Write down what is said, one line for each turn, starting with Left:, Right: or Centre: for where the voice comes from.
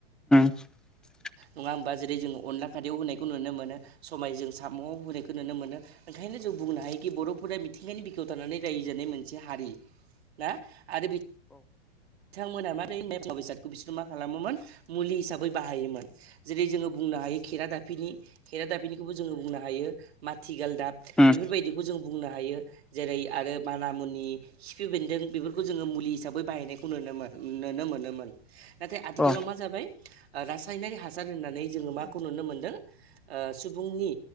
Centre: <inaudible>
Right: नङा होमबा जेरै जोंङो अनला खारियाव होनायखौ नुनो मोनो सबाय जों साम'आव होनायखौ नुनो मोनो। ओंखायनो जों बुंनो हायोखि बर'फोरा मिथिंगानि बिखायाव थानानै रायजोजानाय मोनसे हारि दा आरो बि बिथांमोनहा मारै मुवा बेसादखौ बिसोरो मा खालामोमोन मुलि हिसाबै बाहायोमोन। जेरै जोंङो बुंनो हायो। खेरा दाफिनि खेरा दाफिनिखौबो जोंङो बुंनो हायो माथिगाल दाब।
Centre: उम
Right: बेफोरबायदिखौ जों बुंनो हायो। जेरै आरो माना मुनि खिफि बेन्दों बेफोरखौ जोंङो मुलि हिसाबै बाहायनाय खौ नुनो नुनोमोनोमोन। नाथाय आथिखालाव
Centre: अ
Right: मा जाबाय रासायनारि हासार होननानै जोंङो माखौ नुनो मोनदों सुबुंनि